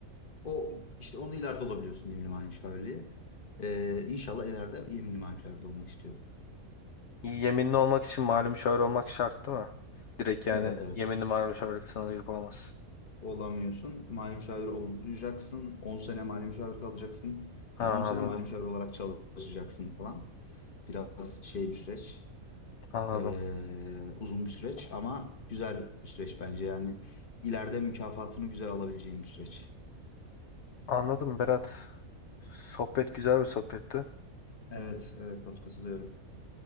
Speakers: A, on the left (about 40°); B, on the left (about 55°).
A: O işte onu ileride olabiliyorsun yeminli mali müşavirliği. E, İnşallah ileride yeminli mali müşavir de olmak istiyorum.
B: Yeminli olmak için mali müşavir olmak şart değil mi? Direkt yani
A: Evet evet.
B: yeminli mali müşavirlik sınavına girip olamazsın.
A: Olamıyorsun. Mali müşavir olacaksın. 10 sene mali müşavir kalacaksın.
B: Ha
A: Yani
B: anladım.
A: 10 sene mali müşavir olarak çalışacaksın falan. Biraz şey bir süreç.
B: Anladım.
A: Ee, uzun bir süreç ama güzel bir süreç bence yani ileride mükafatını güzel alabileceğim bir süreç.
B: Anladım Berat. Sohbet güzel bir sohbetti.
A: Evet, evet Batu katılıyorum.